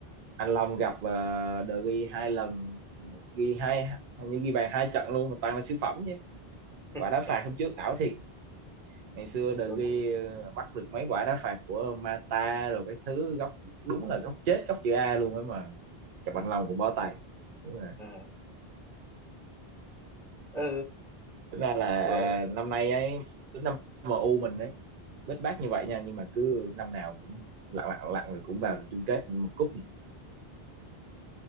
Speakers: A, on the right; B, in the centre.
A: anh Long gặp uh, De Gea hai lần ghi hai hình như ghi bàn hai trận luôn mà toàn là siêu phẩm chứ
B: <laughs>
A: quả đá phạt hôm trước ảo thiệt ngày xưa De
B: Tôi
A: ghi
B: cũng
A: ờ, bắt được mấy quả đá phạt của Mata rồi cái thứ góc đúng là góc chết góc chữ A luôn ấy mà cặp anh Long cũng bó tay đúng rồi
B: à ờ,
A: tính ra là
B: ờ,
A: à, năm nay ấy tính năm MU mình ấy bết bát như vậy nha nhưng mà cứ năm nào cũng lặng lặng lặng rồi cũng vào được chung kết một cúp nhỉ.